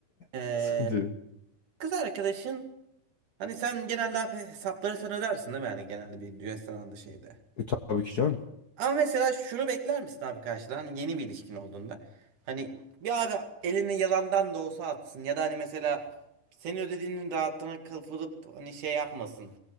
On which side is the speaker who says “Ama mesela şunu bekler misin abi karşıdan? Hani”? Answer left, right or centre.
Right